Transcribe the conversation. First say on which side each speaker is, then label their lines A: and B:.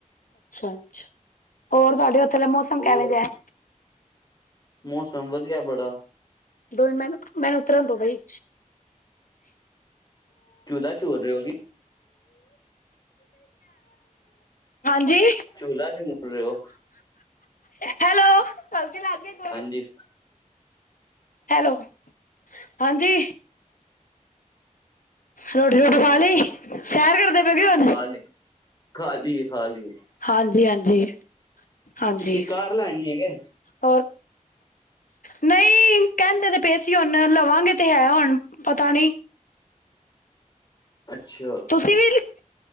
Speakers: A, on the left; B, on the left.
A: -ਅੱਛਾ ਹੋਰ ਤੁਹਾਡੇ! ਉੱਥੇ ਦਾ ਮੌਸਮ
B: ਹੋਰ
A: ਕਿਵੇਂ ਜਿਹਾ ਹੈ?
B: ਮੌਸਮ ਵਧੀਆ ਬੜਾ।
A: ਦੋ ਮੈ ਮੈਨੂੰ ਉਤਰਾਂ ਦੋ ਬਈ।
B: ਚੁਲ੍ਹਾ ਚੋੂਲ ਰਹੇ ਹੋਗੇ
A: ਹਾਂਜੀ!
B: ਝੂਲਾ ਝੂਲ ਰਹੇ ੳ?
A: ਹੈਲੋ ਹਲਜੀ ਲਾ ਗ
B: ਹਾਂਜੀ
A: ਹੈਲੋ ਹਾਂਜੀ, ਰੋਟੀ ਰੋਟੀ ਖ ਲਈ ਸੈਰ ਕਰਦੇ ਪਏ ਗਏ ਹੁਣ?
B: ਖਾਲ ਖਾਲੀਏ ਖ ਲਈ ਏ।
A: ਹਾਂਜੀ -ਹਾਂਜੀ ਹਾਂਜੀ।
B: ਤੁਸੀਂ ਕਾਰ ਲੈਣੀ ਆ ਕੇ?
A: ਹੋਰ? ਨਹੀਂ ਕਹਿੰਦੇ ਤੇ ਪਏਸੀ ਹੁਣ ਲਵਾਂਗੇ ਤੇ ਹੈ ਹੁਣ ਪਤਾ ਨਹੀਂ।
B: ਅੱਛਾ
A: ਤੁਸੀਂ ਵੀ